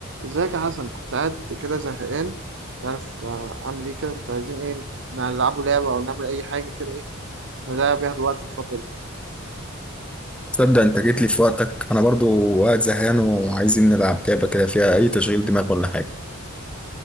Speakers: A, on the right (about 60°); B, in the centre.
A: ازيك يا حسن كنت قاعد كده زهقان مش عارف آه، اعمل ايه كده كنت عايزين ايه نلعبوا لعبة او نعمل اي حاجة كده ايه نضيع بيها الوقت الفترة دي
B: تصدق انت جيت لي في وقتك انا برضو قاعد زهقان وعايزين نلعب لعبه كده فيها اي تشغيل دماغ ولا حاجه